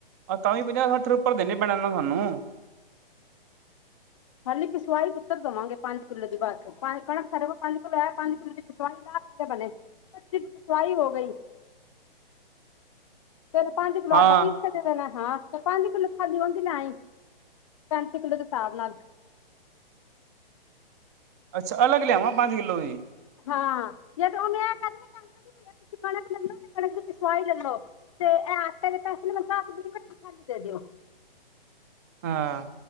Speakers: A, on the right; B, on the left.
A: ਆਹ ਤਾਂ ਵੀ ਪੰਜਾਹ ਸੱਠ ਰੁਪਏ ਉੱਪਰ ਦੇਣੇ ਪੇਣੇ ਨਾ ਤੁਹਾਨੂੰ।
B: ਖਾਲੀ ਪਿਸਵਾਈ ਪੁਤਰ ਦੇਵਾਂਗੇ ਪੰਜ ਕਿੱਲੋ ਦੀ ਬਸ ਕਣਕ ਸ ਪੰਜ ਕਿੱਲੋ ਹੈ ਪੰਜ ਕਿੱਲੋ ਦੀ ਪਿਸਵਾਈ ਦਾ ਸੱਠ ਕਿਵੇਂ ਬਣੇ ਪੱਚੀ ਦੀ ਪਿਸਵਾਈ ਹੋ ਗਈ। ਤਿੰਨ ਪੰਜ ਕਿਲੋ
A: ਹਾਂ
B: ਆਟਾ ਪੀਸ ਕੇ ਦੇ ਦੇਣਾ। ਹਾਂ ਤੇ ਪੰਜ ਕਿੱਲੋ ਖਾਲੀ ਉਹਦੀ ਲੇ ਆਈ ਪੈੰਤੀ ਕਿੱਲੋ ਦੇ ਹਿਸਾਬ ਨਾਲ।
A: <inaudible> ਅੱਛਾ ਅਲੱਗ ਲਿਆਵਾਂ ਪੰਜ ਕਿੱਲੋ ਵੀ।
B: ਹਾਂ ਜਦ ਉਹਨੇ ਇਹ ਕਿਹ ਦਿੱਤਾ ਕਣਕ ਤੁਸੀਂ ਕਣਕ ਲੈ ਲੋ ਤੇ ਕਣਕ ਦੀ ਪਿਸਵਾਈ ਲੈ ਲੋ। ਤੇ ਇਹ ਆਟੇ ਦੇ ਪੈਸੇ ਨੂੰ ਕਿਹਾ ਵੀ ਖਾਲੀ ਦੇ ਦਿਓ।
A: <inaudible> ਹਾਂ।